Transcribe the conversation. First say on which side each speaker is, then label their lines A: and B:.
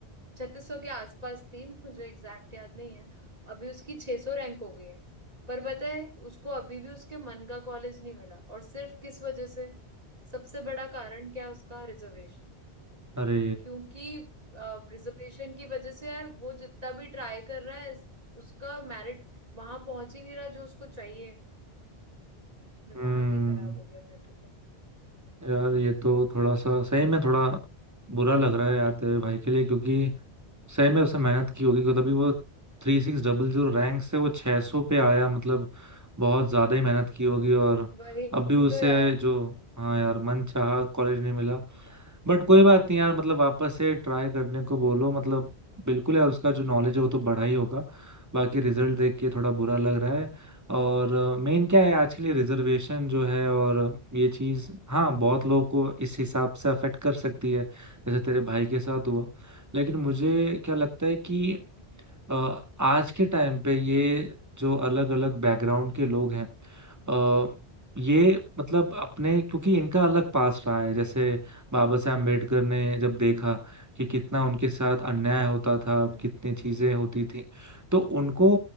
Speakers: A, on the right; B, on the right.
A: छत्तीस सौ के आसपास थी मुझे एग्जैक्ट याद नहीं है अभी उसकी छह सौ रैंक हो गई है पर पता है उसको अभी भी उसके मन का कॉलेज नहीं मिला और सिर्फ किस वजह से सबसे बड़ा कारण क्या है उसका रिजर्वेशन
B: अरे
A: क्योंकि रिजर्वेशन की वजह से यार वो जितना भी ट्राई कर रहा है उसका मेरिट वहां पहुंच ही नहीं रहा जो उसको चाहिए दिमाग
B: हम्म
A: ही खराब हो गया मेरा तो
B: यार ये तो थोड़ा सा
A: हम्म,
B: सही में थोड़ा बुरा लग रहा है यार तेरे भाई के लिए क्योंकि सही में उसने मेहनत की होगी क्योंकि तभी वो three six double zero rank से वो 600 पे आया मतलब बहुत ज्यादा ही मेहनत की होगी और
A: वही
B: अब भी उसे
A: तो यार
B: जो हाँ यार मन चाहा कॉलेज नहीं मिला बट कोई बात नहीं यार मतलब वापस से ट्राई करने को बोलो मतलब बिल्कुल यार उसका जो नॉलेज है वो तो बढ़ा ही होगा बाकी रिजल्ट देख के थोड़ा बुरा लग रहा है और मेन क्या है आज के लिए रिजर्वेशन जो है और ये चीज हाँ बहुत लोगों को इस हिसाब से अफेक्ट कर सकती है जैसे तेरे भाई के साथ हुआ लेकिन मुझे क्या लगता है कि
A: हम्म,
B: अ, आज के टाइम पे ये जो अलग अलग बैकग्राउंड के लोग हैं अ, ये मतलब अपने क्योंकि इनका अलग पास्ट रहा है जैसे बाबा साहब अम्बेडकर ने जब देखा कि कितना
A: हम्म।
B: उनके साथ अन्याय होता था
A: हम्म।
B: कितनी चीजें होती थी तो उनको